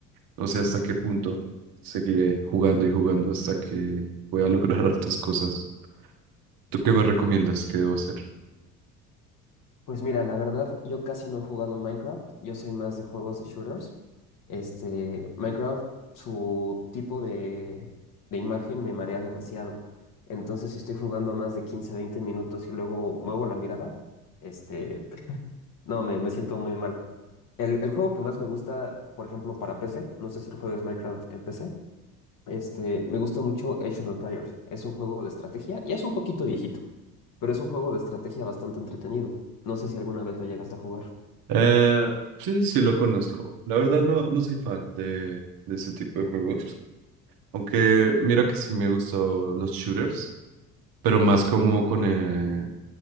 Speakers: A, on the right (about 45°); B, on the left (about 45°).
A: no sé hasta qué punto seguiré jugando y jugando hasta que pueda <laughs> lograr hartas cosas. ¿Tú qué me recomiendas que debo hacer?
B: Pues mira, la verdad, yo casi no he jugado Minecraft, yo soy más de juegos de shooters. Este, Minecraft, su tipo de, de imagen me marea demasiado. Entonces, si estoy jugando más de 15, 20 minutos y luego muevo la mirada, este, no, me, me siento muy mal. El, el juego que más me gusta, por ejemplo, para PC, no sé si lo juegas Minecraft en PC, este, me gusta mucho Age of Empires. Es un juego de estrategia y es un poquito viejito pero es un juego de estrategia bastante entretenido. No sé si alguna vez lo llegaste a jugar.
A: Eh, sí, sí lo conozco. La verdad no, no soy fan de, de ese tipo de juegos. Aunque mira que sí me gustan los shooters, pero más como con, eh,